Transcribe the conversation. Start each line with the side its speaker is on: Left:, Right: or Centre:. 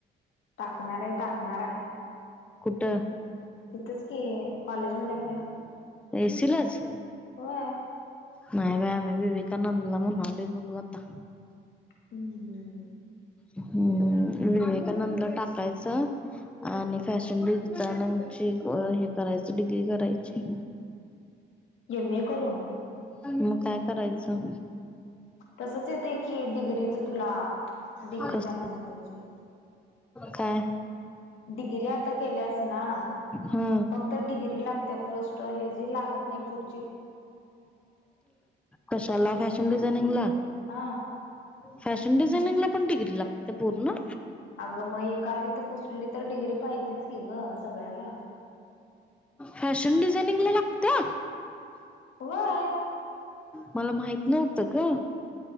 Left: टाकणार आहे टाकणार आहे.
Centre: कुठ.?
Left: तिथच की, कॉलेज मध्ये आपल्या.
Centre: एसीलाच.
Left: होय.
Centre: नाही बा आम्ही विवेकानंदला म्हणालो बघू आता.
Left: हम्म
Centre: हम्म विवेकानंदला टाकायचं. आणि फॅशन डचा नची हे करायचं डिग्री करायची.
Left: एम ए करून.
Centre: मग काय करायचं.
Left: तसच येतंय की डिग्रीच तुला डिग्री
Centre: कस
Left: झाल्यानंतरची.
Centre: काय?
Left: डिग्री आता केल्यास ना.
Centre: हा
Left: फक्त डिग्री लागते पोस्ट ह जी लागत नाही पुढ
Centre: कशाला
Left: फक्त
Centre: फॅशन डिझाइनिंग ला.
Left: हा
Centre: फॅशन डिझाइनिंगला पण डिग्री लागते पूर्ण.
Left: अगं मग एखादी तर कसली तर डिग्री पाहिजेच की, ग सगळ्याला.
Centre: फॅशन डिझानिंग ला लागत्या.
Left: व्हय.
Centre: मला माहित नव्हत ग.